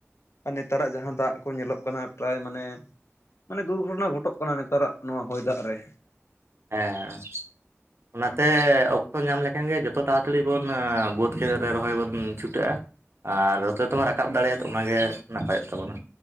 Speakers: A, on the left (about 65°); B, on the right (about 60°).
A: ᱟᱨ ᱱᱮᱛᱟᱨᱟᱜ ᱡᱟᱦᱟᱸ ᱫᱟᱜ ᱠᱚ ᱧᱮᱞᱚᱜ ᱠᱟᱱᱟ ᱯᱨᱟᱭ ᱢᱟᱱᱮ ᱢᱟᱱᱮ ᱫᱩᱨᱜᱷᱚᱴᱚᱱᱟ ᱜᱷᱚᱴᱚᱜ ᱠᱟᱱᱟ ᱱᱮᱛᱟᱨᱟᱜ ᱱᱚᱣᱟ ᱦᱚᱭ ᱫᱟᱜ ᱨᱮ
B: ᱦᱮᱸ ᱚᱱᱟᱛᱮ ᱚᱠᱛᱚ ᱧᱟᱢ ᱞᱮᱠᱷᱟᱱ ᱜᱮ ᱡᱚᱛᱚ ᱛᱟᱲᱟᱛᱟᱲᱤ ᱵᱚᱱ ᱵᱟᱹᱫᱽ ᱠᱷᱮᱛ ᱨᱮ ᱨᱚᱦᱚᱭ ᱵᱚᱱ ᱪᱷᱩᱴᱟᱹᱜᱼᱟ ᱟᱨ ᱦᱚᱛᱚ ᱛᱚᱢᱟ ᱛᱮᱵᱚᱱ ᱨᱟᱠᱟᱵ ᱫᱟᱲᱮᱭᱟᱜᱼᱟ ᱛᱚ ᱚᱱᱟᱜᱮ ᱱᱟᱯᱟᱭᱚᱜ ᱛᱟᱵᱚᱱᱟ